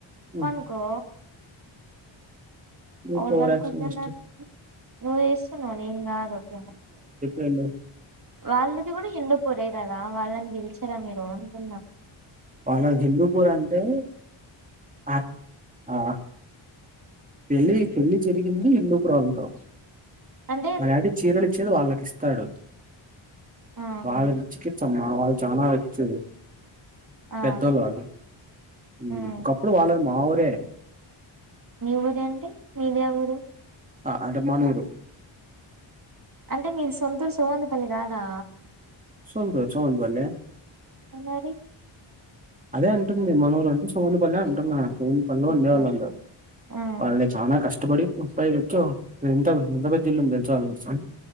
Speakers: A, on the right (about 15°); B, on the right (about 40°).
A: ఉమ్,
B: పనుకో
A: ఊరికే
B: ఎవరు
A: ఓవరాక్షన్
B: పనుకోద్దు
A: చేస్తూ
B: అన్నారు నువ్వు చేస్తున్నావ్ నేను కాదు అట్లా
A: రెండు
B: వాళ్ళది కూడా హిందూపూర్ రే కదా వాళ్ళని పిలిచారా మీరు అంటున్న
A: వాళ్లది హిందూపూర్ అంటే యాక్ట్ ఆ పెళ్ళి పెళ్లిి జరిగింది హిందూపూర్వాళ్లతో
B: అంటే
A: మా డాడీ చీరలు ఇచ్చేది వాళ్ళకి ఇస్ ఇస్తాడు
B: ఆహా
A: వాళ్ళ చికిసమ్మా మా వాళ్ళు చాలా వచ్చ
B: ఆ
A: పెద్దోళ్ళ వాళ్ళు ఉ
B: ఉమ్
A: ఒకప్పుడు వాళ్లది మా ఊరే
B: మీ ఊరే అంటే మీది యా ఊరు
A: ఆ అంట మనూరు
B: అంటే మీది సొంతూరు సోమందపల్లి కాదా
A: సంతూర్ సోమందపల్లె
B: మ్ మరి
A: అదే అంటుంది మనవుల అంటే సముందుపల్లి అంటున్నా ఫోన్ పనులు
B: ఓకే
A: ఉండేవాళ్ళళ్ళు
B: ఓకే. ఆ
A: వాళ్ళ చాలా కష్ట ష్టపడి వచ్చో ఎంత ఎంత పెద్ద ఇల్లు తెలుసో అళ